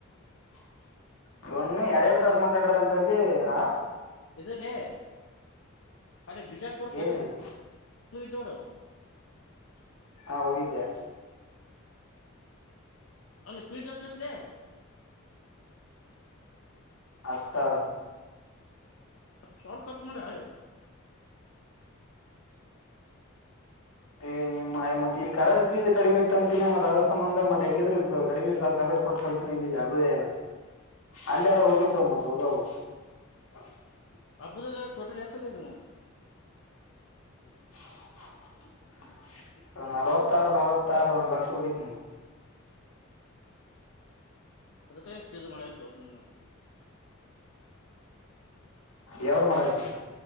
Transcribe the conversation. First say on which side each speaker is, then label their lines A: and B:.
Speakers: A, on the left; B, on the left.
A: <unintelligible> ಯಾಡ್ ಯಾಡ್ ತಾಸ ಮಾತಾಡ್ರ ಅಂತ ಅಲ್ಲಿ. ಹ
B: ಇದು ಲೆ ಅದೇ ಬಿಜಾಪುರ ಕೋಚಿಂಗ್
A: ಏನಿದು
B: ಹೋಗಿದ್ವಿ ನೋಡು. <unintelligible>
A: ಹಾ ಹೋಗಿದ್ದೆ.
B: ಅಲ್ಲಿ ಪಿಜ್ ಎತ್ತಿತ್ಲೆ.
A: ಹತ್ತ ಸಾವ್ರ.
B: ಹಾ ಸಾವ್ರ ಖರ್ ಮಾಡ ಎ
A: ಏ ನಿಮ್ಮ ಆಯಿ ಮತ್ ಇಲ್ಲಿ ಕಾಲಜ ಫೀಸ್ ಕಡಿಮೆ ಇತ್ತ ಅಂತೀನಿ ಮತ್ತ್ ಅದ್ರ ಸಂಬಂಧ ಮತ್ ಹೆಂಗಿದ್ರ ಕಡಿಮೆ ಕಾಲೇಜ್ ಕೊಟ್ಟಕೊಳ್ತೀನಿ ಇಲ್ಲಿ ಅಬದಯ. ಅಲ್ಲಯಾರ ಹೋಗಿರ್ತಾವ ಮತ್ ಹೋಗವು. <unintelligible>
B: ಅಬೂದದ ಟೋಟಲ್ ಎಷ್ಟ ಆಗ್ಯದ ನಿಮ್ದ
A: <unintelligible> ನಲವತ್ತಾರ ನಲ್ವತ್ತಾರ ಒಂದ್ ಲಕ್ಷ ಹೋಗೆತ್ ನಿಮ್ದ.
B: ಅದಕ್ಕೆ ಇಷ್ಟು ಇದು ಮಾಡತಿ ಒಪ್ಪ ನೀ ನನ್ನ.
A: ಯಾವ್ದ್ ಮಾಡತಿ.